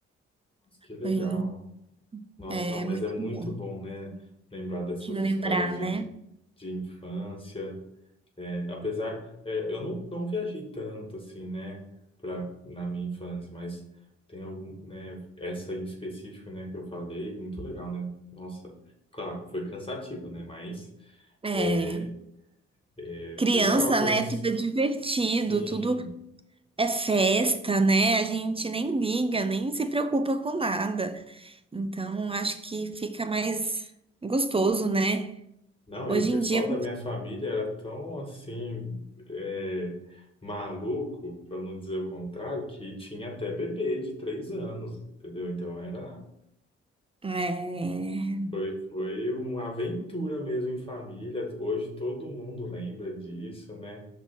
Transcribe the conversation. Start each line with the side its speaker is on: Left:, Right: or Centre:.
Left: Nossa, que legal.
Right: Foi,
Left: Nossa,
Right: é,
Left: não, mas
Right: muito
Left: é muito
Right: bom
Left: bom, né? Lembrar dessas
Right: relembrar,
Left: histórias de,
Right: né?
Left: de infância. É, apesar, é, eu não, não viajei tanto assim, né, pra, na minha infância, mas tem algum, né, essa em específico, né, que eu falei, muito legal, né? Nossa, claro, foi cansativo, né, mas
Right: É,
Left: é, é,
Right: criança,
Left: foi legal, eu conheci,
Right: né? Tudo é divertido,
Left: sim.
Right: tudo é festa, né? A gente nem liga, nem se preocupa com nada. Então, acho que fica mais gostoso, né?
Left: Não,
Right: Hoje
Left: e o pessoal
Right: em dia,
Left: da minha família era tão assim, é, maluco, para não dizer o contrário, que tinha até bebê de três anos, entendeu? Então era
Right: é,
Left: Foi, foi uma aventura mesmo em família. Hoje todo mundo lembra disso, né?